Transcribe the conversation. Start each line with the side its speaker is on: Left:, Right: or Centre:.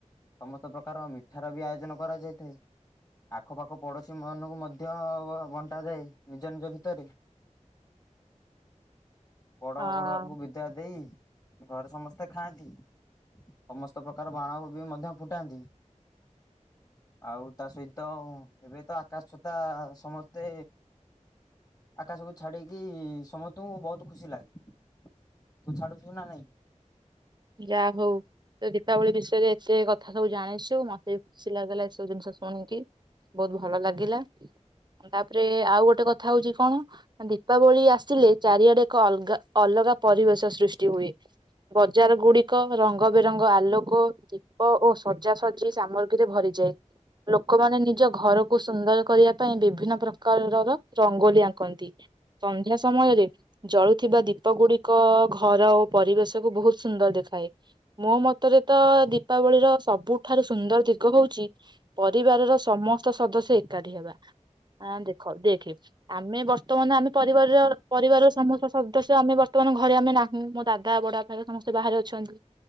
Left: ସମସ୍ତ ପ୍ରକାର ମିଠାର ବି ଆୟୋଜନ କରାଯାଇଥାଏ ଆଖପାଖ ପଡୋଶୀ ମାନଙ୍କୁ ମଧ୍ୟ ବଣ୍ଟାଯାଏ ନିଜ ନିଜ ଭିତରେ। ବଡ
Right: ହଁ
Left: ବଡୁଆଙ୍କୁ ବିଦାୟ ଦେଇ। ଘରେ ସମସ୍ତେ ଖାଆନ୍ତି। ସମସ୍ତ ପ୍ରକାର ବାଣ ବି ମଧ୍ୟ ଫୁଟାନ୍ତି ଆଉ ତା ସହିତ ଏବେ ତ ଆକାଶ ଛତା ସମସ୍ତେ ଆକାଶକୁ ଛାଡ଼ିକି ସମସ୍ତ। ତୁ ବହୁତ ଖୁସି ଲାଗେ। ତୁ ଛାଡୁଛୁ ନା ନାଇଁ।
Right: ଯା ହଉ ତ ଦୀପାବଳି ବିଷୟରେ ଏତେ କଥା ସବୁ ଜାଣିଛ। ମତେ ବି ଖୁସି ଲାଗିଲା। ବୁ ଜିନିଷ ଶୁଣିକି ବହୁତ ଭଲ ଲାଗିଲା ତାପରେ ଆଉ ଗୋଟେ କଥା ହଉଛି କଣ ଦୀପାବଳି ଆସିଲେ ଚାରିଆଡେ ଏକ ଅଲଗା ଅଲଗା ପରିବେଶ ସୃଷ୍ଟି ହୁଏ ବ ବଜାର ଗୁଡିକ ରଙ୍ଗ ବେରଙ୍ଗ ଆଲୋକ ଦୀପ ଓ ସଜାସଜି ସାମଗ୍ରୀରେ ଭରିଯାଏ ଲୋକମାନେ ନିଜ ଘରକୁ ସୁନ୍ଦର କରିବା ପାଇଁ ବିଭିନ୍ନ ପ୍ରକାରର ରଙ୍ଗୋଲି ଆଙ୍କନ୍ତି ସନ୍ଧ୍ୟା ସମୟରେ ଜଳୁଥିବା ଦୀପ ଗୁଡିକ ଘର ଓ ପରିବେଶକୁ ବହୁତ। ସୁନ୍ଦର ଦେଖାଏ ମୋ ମତରେ ତ ଦୀପାବଳିର ସବୁଠାରୁ ସୁନ୍ଦର ଦିଗ ହଉଛି ପରିବାରର ସମସ୍ତ ସଦସ୍ୟ ଏକାଠି ହେବା ଦେଖ ଦେଖେ ଆମେ ବର୍ତ୍ତମାନ ଆମେ ପରିବାରର ପରିବାରର ସମସ୍ତ ସଦସ୍ୟ ଆମେ ବର୍ତ୍ତମାନ ଘରେ ଆମେ ନାହୁଁ ମୋ ଦାଦା ବଡୁଆଙ୍କୁ ବାପା। ସମସ୍ତେ ବାହାରେ ଅଛନ୍ତି